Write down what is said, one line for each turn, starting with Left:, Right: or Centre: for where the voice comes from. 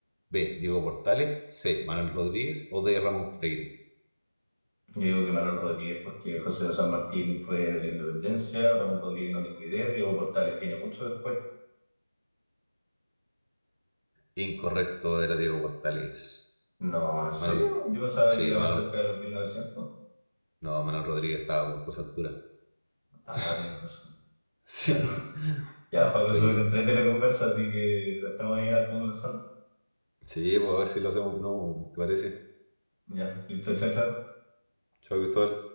Right: B. Diego Portales. C. Manuel Rodríguez. O D. Ramón Freire.
Left: Yo digo que Manuel Rodríguez porque José de San Martín fue de la Independencia, Ramón Rodríguez no tengo idea, Diego Portales viene mucho después.
Right: Incorrecto, era Diego Portales.
Left: No, ¿en serio?
Right: Manuel,
Left: Yo pensaba
Right: sí,
Left: que era
Right: Manuel,
Left: más cerca de los 1900.
Right: no, Manuel Rodríguez estaba muerto a esa altura.
Left: Ah,
Right: <laughs>
Left: tienes razón.
Right: Sí,
Left: Bueno. Ya, Juaco,
Right: oye,
Left: súper entrete la conversa, así que estamos ahí conversando.
Right: sí, pues a ver si lo hacemos de nuevo, ¿te parece?
Left: Ya, listo, chao, chao.
Right: Chao, Cristóbal.